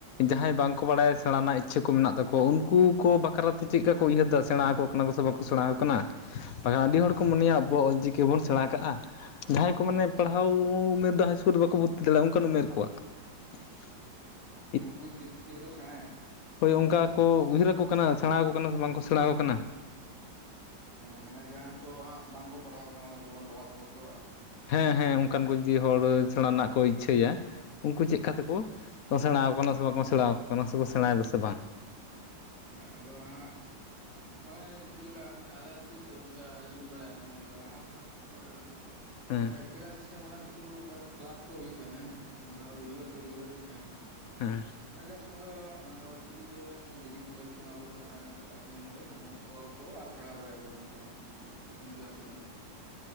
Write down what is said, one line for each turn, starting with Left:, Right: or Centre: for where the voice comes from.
Left: ᱡᱟᱦᱟᱸᱭ ᱵᱟᱝ ᱠᱚ ᱵᱟᱲᱟᱭᱟ ᱥᱮᱬᱟ ᱨᱮᱱᱟᱜ ᱤᱪᱪᱷᱟᱹ ᱠᱚ ᱢᱮᱱᱟᱜ ᱛᱟᱠᱚᱣᱟ ᱩᱱᱠᱩ ᱠᱚ ᱵᱟᱠᱷᱨᱟ ᱛᱮ ᱪᱮᱫ ᱠᱟ ᱠᱚ ᱩᱭᱦᱟᱹᱨ ᱮᱫᱟ ᱥᱮᱬᱟ ᱟᱠᱚ, ᱠᱟᱱᱟ ᱠᱚᱥᱮ ᱵᱟᱠᱚ ᱥᱮᱬᱟᱣ ᱠᱟᱱᱟ, ᱵᱟᱠᱷᱟᱱ ᱟᱹᱰᱤ ᱦᱚᱲ ᱠᱚ ᱢᱚᱱᱮᱭᱟ ᱟᱵᱚᱣᱟᱜ ᱚᱞ ᱪᱤᱠᱤ ᱵᱚᱱ ᱥᱮᱬᱟ ᱠᱟᱜᱼᱟ, ᱡᱟᱦᱟᱸᱭ ᱠᱚ ᱢᱟᱱᱮ ᱯᱟᱲᱦᱟᱣ ᱩᱻᱢᱮᱨ ᱫᱚ ᱦᱟᱭ ᱤᱥᱠᱩᱞ ᱨᱮ ᱵᱟᱠᱚ ᱵᱷᱩᱨᱛᱤ ᱫᱟᱲᱮᱭᱟᱜᱼᱟ ᱚᱸᱠᱟᱱ ᱩᱢᱮᱨ ᱠᱚᱣᱟᱜ᱾ <inaudible>
Right: ᱱᱩᱝᱠᱩ ᱪᱤᱠᱟᱹᱛ ᱪᱤᱠᱟᱹ ᱛᱮᱠᱚ ᱥᱮᱬᱟᱭᱟ,
Left: ᱦᱳᱭ ᱚᱸᱠᱟ ᱠᱚ ᱩᱭᱦᱟᱹᱨ ᱟᱠᱚ ᱠᱟᱱᱟ ᱥᱮᱬᱟ ᱟᱠᱚ ᱠᱟᱱᱟ ᱥᱮ ᱵᱟᱝᱠᱚ ᱥᱮᱬᱟ ᱟᱠᱚ ᱠᱟᱱᱟ᱾
Right: ᱦᱮᱸ ᱢᱟᱱᱮ ᱡᱟᱦᱟᱸᱭ ᱠᱚ ᱦᱟᱸᱜ ᱵᱟᱝᱠᱚ ᱯᱟᱲᱦᱟᱣ ᱟᱠᱟᱱᱟ ᱚᱱᱟ ᱡᱩᱣᱟᱹᱱ ᱵᱟᱵᱟ ᱛᱟᱠᱚ ᱛᱮᱠᱚ ᱠᱚ᱾
Left: ᱦᱮᱸ ᱦᱮᱸ ᱚᱸᱠᱟᱱ ᱠᱚ ᱡᱤ ᱦᱚᱲ
Right: ᱟᱪᱪᱷᱟ
Left: ᱥᱮᱸᱲᱟ
Right: ᱟᱪᱪᱷᱟ
Left: ᱨᱮᱱᱟᱜ ᱠᱚ ᱤᱡ ᱪᱷᱟᱹᱭᱟ ᱩᱱᱠᱩ ᱪᱮᱫ ᱠᱟ ᱛᱮᱠᱚ ᱥᱮᱬᱟ ᱠᱟᱱᱟ ᱠᱚ ᱥᱮ ᱵᱟᱸᱠᱚ ᱥᱮᱬᱟ ᱟᱠᱚ ᱠᱟᱱᱟ ᱥᱮᱠᱚ ᱥᱮᱬᱟᱭᱮᱫᱟ ᱥᱮ ᱵᱟᱝ?
Right: ᱦᱮᱸ ᱟᱫᱚ ᱱᱷᱟᱸᱜ ᱢᱟᱱᱮ ᱡᱮᱞᱮᱠᱟ ᱢᱟᱱᱮ ᱟᱞᱮ ᱟᱹᱛᱩ ᱨᱮᱫᱚ ᱚᱸᱠᱟ ᱟᱹᱞᱤᱧ ᱞᱤᱧ ᱵᱟᱲᱟᱭᱟ ᱚᱱᱮ ᱞᱟᱦᱟ ᱧᱚᱜ ᱧᱚᱜ ᱨᱮᱱᱟ
Left: ᱦᱮᱸ
Right: ᱱᱚᱣᱟ ᱮᱥᱮᱠᱟ ᱥᱤᱥᱴᱟᱢ ᱜᱮ ᱱᱷᱟᱸᱜ ᱵᱮᱥᱤ ᱠᱚ ᱚᱸᱠᱟ ᱠᱮᱞᱟᱥ ᱠᱚ ᱦᱩᱭᱩᱜ ᱛᱟᱦᱮᱸᱱᱼᱟᱸ, ᱢᱟᱲᱟᱝ ᱫᱷᱟᱣ ᱨᱩᱭ ᱵᱟᱨ ᱠᱮ ᱨᱩᱭ ᱵᱟᱨ ᱦᱩᱭᱩᱜ ᱛᱟᱦᱮᱸᱫ᱾
Left: ᱦᱮᱸ ᱾
Right: ᱚᱱᱟ ᱡᱟᱥᱴ ᱚᱱᱟ ᱫᱚ ᱮᱸ ᱚᱞᱪᱤᱠᱤ ᱛᱮᱜᱮ ᱚᱱᱮ ᱵᱮᱥᱤᱠ ᱱᱚᱞᱮᱡᱽ ᱠᱚ ᱮᱢᱟ ᱠᱚ, ᱮᱸ ᱯᱟᱛᱷᱳᱢᱤᱠ ᱱᱚᱞᱮᱡᱽ᱾ ᱡᱮᱢᱚᱱ ᱚᱞ ᱠᱚ ᱟᱨ ᱯᱟᱲᱦᱟᱣ ᱫᱟᱲᱮᱭᱟᱠᱚ ᱚᱱᱮ ᱚᱝᱠᱟᱱ ᱢᱤᱫᱴᱟᱝ ᱠᱳᱪᱤᱝ ᱠᱮᱞᱟᱥ ᱦᱩᱭᱩᱜ ᱠᱟᱱ ᱛᱟᱦᱮᱸᱫ᱾